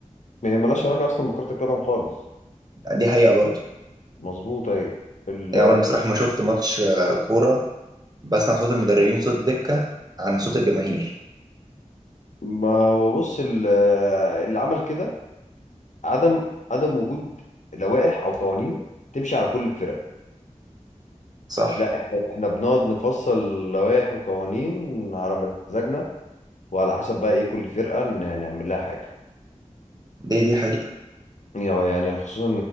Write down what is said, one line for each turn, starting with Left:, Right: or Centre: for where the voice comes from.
Left: ما هي ملهاش علاقه اصلا بكره القدم خالص
Right: دي حقيقه برضو
Left: مظبوط ايوه ال
Right: يعني عمري بصراحه ما شفت ماتش آه، كوره بسمع صوت المدربين وصوت الدكه عن صوت الجماهير
Left: ما هو بص ال- اللي عمل كده عدم عدم وجود لوائح او قوانين تمشي على كل الفرق
Right: صح
Left: لا احنا احنا بنقعد نفصل لوائح وقوانين على مزاجنا وعلى حسب بقى ايه كل فرقه ن- نعمل لها حاجه
Right: دي دي حقيقه
Left: يعني يعني خصوصا